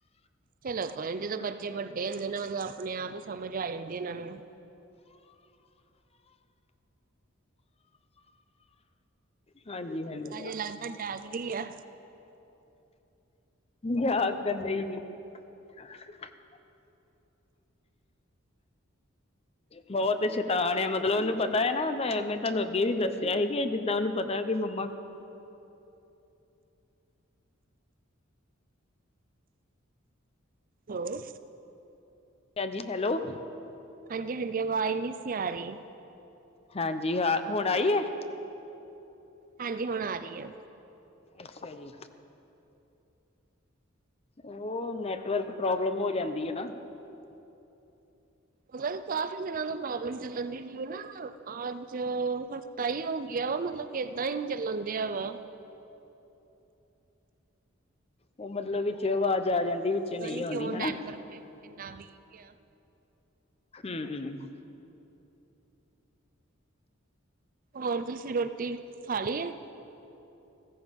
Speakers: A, on the right; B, on the left.
A: ਚਲੋ ਕੋਈ ਜਦੋਂ ਬੱਚੇ ਵੱਡੇ ਹੁੰਦੇ ਨਾ ਉਦੋਂ ਆਪਣੇ ਆਪ ਸਮਝ ਆ ਜਾਂਦੀ ਇਹਨਾਂ ਨੂੰ
B: ਹਾਂਜੀ ਹਾਂਜੀ।
A: ਹਜੇ ਲੱਗਦਾ ਜਾਗ ਰਹੀ ਆ।
B: ਯਾਦ ਕਰਦੇ ਸੀ ਅਵ ਬਹੁਤ ਸ਼ੇਤਾਨ
A: ਹੈਲੋ
B: ਮਤਲਬ ਮਤਲਬ ਉਹਨੂੰ ਪਤਾ ਹੈ ਨਾ, ਮੈਂ ਤੁਹਾਨੂੰ ਅੱਗੇ ਵੀ ਦੱਸਿਆ ਸੀਗੇ ਜਿੱਦਾਂ ਉਹਨੂੰ ਪਤਾ ਹੈ ਕਿ ਮੰਮਾ
A: ਹੈਲੋ
B: ਭੈਣ ਜੀ ਹੈਲੋ
A: ਹਾਂਜੀ ਹਾਂਜੀ। ਆਵਾਜ਼ ਨਹੀ ਸੀ ਆ ਰਹੀ।
B: ਹਾਂਜੀ ਜੀ ਹੁਣ ਆਈ ਏ?
A: ਹਾਂਜੀ ਹੁਣ ਆ ਰਹੀ ਆ।
B: ਅੱਛਾ ਜੀ। ਉਹ ਨੈਟਵਰਕ ਪ੍ਰੋਬਲਮ ਹੋ ਜਾਂਦੀ ਹੈ ਨਾ।
A: ਮਤਲਬ ਕਾਫੀ ਦਿਨਾਂ ਤੋਂ ਪ੍ਰੋਬਲਮ ਚੱਲਣ ਦੀ ਸੀ। ਜਿਵੇਂ ਨਾ ਅੱਜ ਤਾ ਹੀ ਹੋ ਗਿਆ ਵਾ ਮਤਲਬ ਕਿ ਇਦਾਂ ਹੀ ਨ ਚੱਲਣ ਦਿਆ ਵਾ।
B: ਉਹ ਮਤਲਬ ਵਿੱਚੋਂ ਆਵਾਜ਼ ਆ ਜਾਂਦੀ ਵਿੱਚ
A: ਪਤਾ
B: ਨਹੀਂ
A: ਨੀ
B: ਆਦੀ
A: ਕਿਉਂ
B: ਹਨਾ।
A: ਨੈਟਵਰਕ ਇੰਨਾ ਵੀਕ ਆ
B: ਹਮ ਹਮ
A: ਹੋਰ ਤੁਸੀਂ ਰੋਟੀ ਖਾ ਲਈ ਆ।